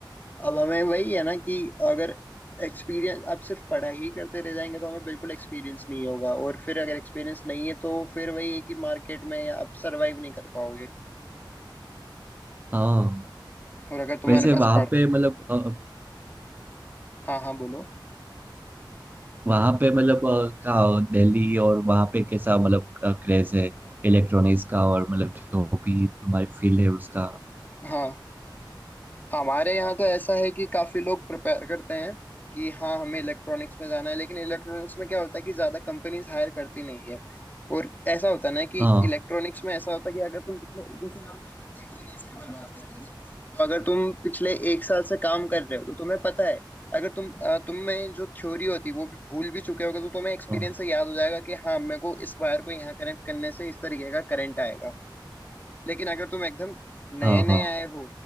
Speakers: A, on the left (about 20°); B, on the right (about 25°).
A: अब हमें वही है ना कि अगर एक्सपीरियंस आप सिर्फ पढ़ाई ही करते रह जाएंगे तो हमें बिल्कुल एक्सपीरियंस नहीं होगा और फिर अगर एक्सपीरियंस नहीं है तो फिर वही है कि मार्केट में आप सरवाइव नहीं कर पाओगे
B: हाँ
A: और अगर तुम्हारे
B: वैसे
A: पास
B: वहां
A: पढ़
B: पे मतलब अ,
A: हाँ हाँ बोलो
B: वहां पे मतलब अ, का दिल्ली और वहां पे कैसा मतलब क्रेज है इलेक्ट्रॉनिक्स का और मतलब जो भी तुम्हारी फील्ड है उसका
A: हाँ हमारे यहाँ तो ऐसा है कि काफी लोग प्रिपेयर करते हैं कि हाँ हमें इलेक्ट्रॉनिक्स में जाना है लेकिन इलेक्ट्रॉनिक्स में क्या होता है कि ज्यादा कंपनीज हायर करती नहीं है और ऐसा होता है ना कि
B: हाँ
A: इलेक्ट्रॉनिक्स में ऐसा होता है कि अगर तुम पिछले जैसे हम एक्सपीरियंस के ऊपर बात कर रहे थे तो अगर तुम पिछले एक साल से काम कर रहे हो तो तुम्हें पता है अगर तुम अ, तुम में जो थ्योरी होती है वो भी भूल भी चुके होगे तो तुम्हें एक्सपीरियंस
B: हाँ
A: से याद हो जाएगा कि हाँ मेरे को इस वायर को यहाँ कनेक्ट करने से इस तरीके का करंट आएगा लेकिन अगर तुम एकदम नए
B: हाँ
A: नए
B: हाँ
A: आए हो